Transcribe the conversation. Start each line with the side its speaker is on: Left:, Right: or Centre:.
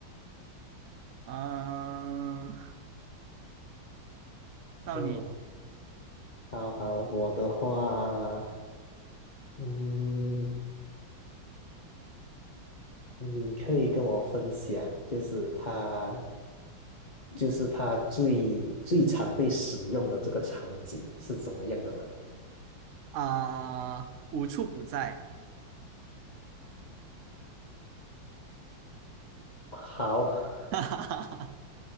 Right: 啊，到你
Left: 嗯，好好，我的话。嗯，你可以跟我分享，就是它，就是它最最常被使用的这个场景是怎么样的吗？
Right: 啊，无处不在，
Left: 好，
Right: <laughs> 哈哈哈哈，